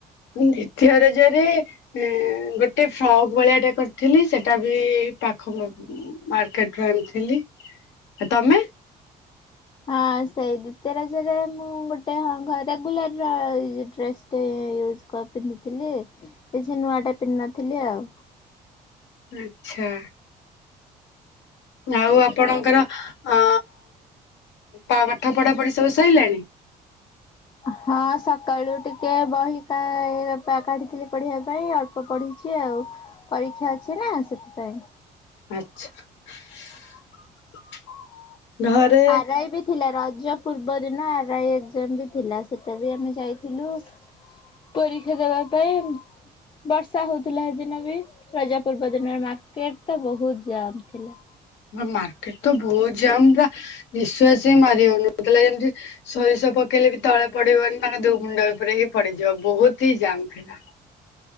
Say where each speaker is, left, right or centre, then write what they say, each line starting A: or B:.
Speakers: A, on the left; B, on the left.
A: ଦ୍ୱିତୀୟ ରଜରେ ଉଁ ଗୋଟେ ଫ୍ରକ୍ ଭଳିଆ ଟା କରିଥିଲି ସେଟା ବି ପାଖ ମାର୍କେଟରୁ ଆଣିଥିଲି ତମେ?
B: ହଁ, ସେଇ ଦ୍ଵିତୀୟ ରଜରେ ମୁଁ ଗୋଟେ ହଁ ଘରେ ରେଗୁଲାର ଡ୍ରେସ୍ ତେ ୟୁଜ କ ପିନ୍ଧିଥିଲି କିଛି ନୂଆଟା ପିନ୍ଧିନଥିଲି ଆଉ।
A: ଆଚ୍ଛା! ଆଉ ଆପଣଙ୍କର ଅ ପାଠ ପଢା ପଢି ସବୁ ସରିଲାଣି?
B: ହଁ, ସକାଳୁ ଟିକେ ବହିକା କାଢିଥିଲି ପଢିବା ପାଇଁ ପଢ଼ିଛି ଆଉ ପରୀକ୍ଷା ଅଛି ନା ସେଥିପାଇଁ
A: ଆଚ୍ଛା! ଘରେ
B: ଆର ଆଇ ବି ଥିଲା ରଜ ପୂର୍ବ ଦିନ ଆର ଆଇ ଏକଜାମ ବି ଥିଲା ସେଟା ବି ଆମେ ଯାଇଥିଲୁ ପରୀକ୍ଷା ଦେବା ପାଇଁ। ବର୍ଷା ହଉଥିଲା ସେଦିନ ବି ରଜା ପୂର୍ବ ଦିନରେ ମାର୍କେଟ ତ ବହୁତ ଜାମ ଥିଲା।
A: ମାର୍କେଟ ତ ବହୁତ ଜାମ୍ ପୁରା ନିଶ୍ୱାସ ହି ମାରି ହଉନଥିଲା ଯେମିତି ସୋରିଷ ପକେଇଲେ ବି ତଳେ ପଡିବନି ତାଙ୍କ ଦୋ ଗୁଣ୍ଡ ଉପରେ ହିଁ ପଡିଯିବ ବହୁତ ହିଁ ଜାମ୍ ଥିଲା।